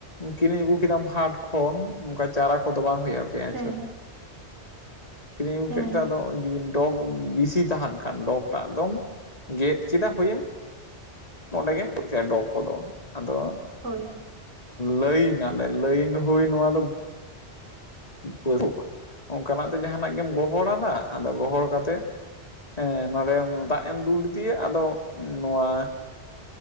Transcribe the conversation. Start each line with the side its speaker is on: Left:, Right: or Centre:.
Left: ᱠᱤᱨᱤᱧ ᱟᱹᱜᱩ ᱠᱮᱫᱟᱢ ᱦᱟᱴ ᱠᱷᱚᱱ ᱚᱱᱠᱟ ᱪᱟᱨᱟ ᱠᱚᱫᱚ ᱵᱟᱝ ᱦ ᱦᱩᱭᱩᱜᱼᱟ ᱯᱮᱸᱭᱟᱪ
Right: ᱦᱮᱸ
Left: ᱠᱤᱨᱤᱧ ᱟᱹᱜᱩ
Right: ᱦᱮᱸ
Left: ᱠᱮᱫ ᱛᱮ ᱟᱫᱚ ᱡᱩᱫᱤ ᱰᱚᱜᱽ ᱵᱮᱥᱤ ᱛᱟᱦᱮᱱ ᱠᱷᱟᱱ ᱰᱚᱜᱽ ᱴᱟᱜ ᱫᱚᱼᱼ ᱜᱮᱫ ᱠᱮᱫᱟ ᱦᱩᱭᱮᱢᱼᱼ ᱱᱚᱸᱰᱮ ᱜᱮᱢ ᱜᱚᱡ ᱠᱮᱭᱟ ᱰᱚᱜ ᱠᱚᱫᱚ ᱟᱫᱚᱼᱼ
Right: ᱦᱳᱭ
Left: ᱞᱟᱹᱭᱱᱟᱞᱮ ᱞᱟᱹᱭᱤᱱ ᱦᱩᱭ ᱱᱚᱣᱟ ᱫᱚᱼᱼ ᱯᱟᱹᱨᱩᱠ ᱚᱱᱠᱟᱱᱟᱜ ᱛᱮ ᱡᱟᱦᱟᱱᱟᱜ ᱜᱮᱢ ᱜᱚᱦᱚᱲᱟᱫᱟ ᱟᱫᱚ ᱜᱚᱦᱚᱲ ᱠᱟᱛᱮᱮᱫᱼᱼ ᱦᱸ ᱱᱚᱸᱰᱮ ᱫᱟᱜ ᱮᱢ ᱫᱩᱞ ᱞᱮᱫᱤᱫᱮᱤᱭᱟ ᱟᱫᱚ ᱱᱚᱣᱟᱼᱼ